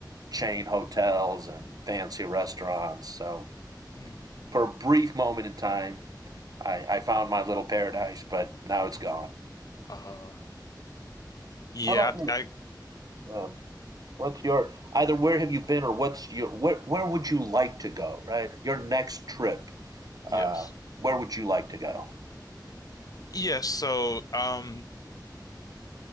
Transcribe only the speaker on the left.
mm.
Uh, yeah,
I, I
yes.
Yes, so um